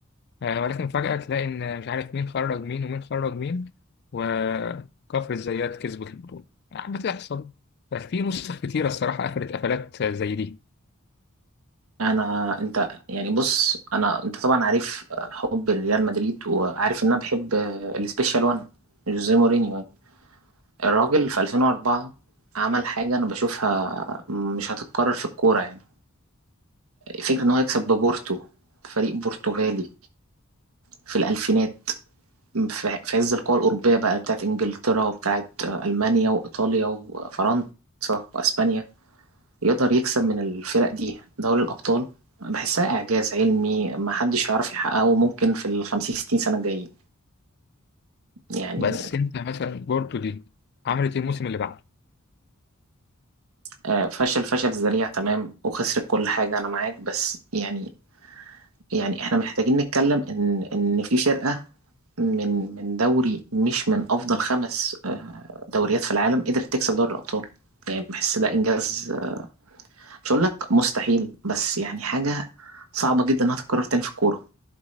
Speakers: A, on the left; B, on the right.
A: آه ولكن فجأة تلاقي إن مش عارف مين خرج مين ومين خرج مين وكفر الزيات كسبت البطولة يعني بتحصل ففي نسخ كتيرة الصراحة قفلت قفلات زي دي
B: انا انت يعني بص انا انت طبعا عارف آه، حب ريال مدريد وعارف ان انا بحب آه، السبيشال وان جوزيه مورينيو يعني الراجل في 2004 عمل حاجه انا بشوفها مش هتتكرر في الكوره يعني فكره ان هو يكسب ببورتو فريق برتغالي في الالفينات في في عز القوى الاوروبيه بقى بتاعت انجلترا وبتاعت آه، المانيا وايطاليا وفرنسا واسبانيا يقدر يكسب من الفرق دي دوري الأبطال بحسها إعجاز علمي ما حدش يعرف يحققه ممكن في الخمسين ستين سنة الجايين يعني
A: بس انت مثلا بورتو دي عملت ايه الموسم اللي بعده
B: آه، فشل فشل ذريع تمام وخسرت كل حاجة أنا معاك بس يعني يعني إحنا محتاجين نتكلم إن إن في فرقة من من دوري مش من أفضل خمس آه، دوريات في العالم قدرت تكسب دوري الأبطال يعني بحس ده إنجاز آه، مش هقول لك مستحيل بس يعني حاجة صعبة جدا إنها تتكرر تاني في الكورة